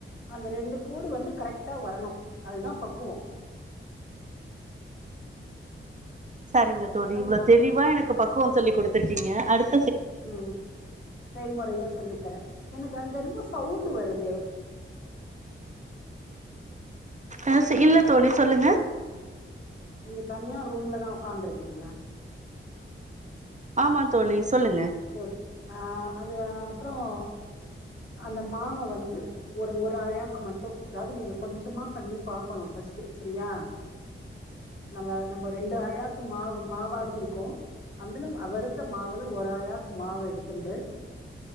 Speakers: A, on the left (about 60°); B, on the right (about 35°).
A: அந்த ரெண்டு கோடு வந்து கரெக்டா வரணு அதுதா பக்குவோ
B: சரிங்க தோழி
A: அந்த
B: இவ்ளோ தெளிவா எனக்கு பக்குவம் சொல்லி கொடுத்துருக்கீங்க அடுத்
A: ம் செய்முறையு சொல்லித் தர எனக்கு அங்க என்னமோ சவுண்டு வருதே
B: ஆ சி இல்ல தோழி சொல்லுங்க
A: நீங்க தனியா ரூம்லதா உக்காண்ட்ருக்கீங்களா
B: ஆமா தோழி சொல்லுங்க
A: சேரி ஆ அது அப்புறம் அந்த மாவ வந்து ஒரு ஒரு அழாக்கு மட்டு அதாவது நீங்க கொஞ்சமா பண்ணி பாக்கணு ஃபஸ்ட்டு சரியா நம்ம நம்ம ரெண்டு அழாக்கு மாவு மாவாக்கிருக்கோ அதுல வறுத்த மாவுல ஒரு அழாக் மாவு எடுத்துண்டு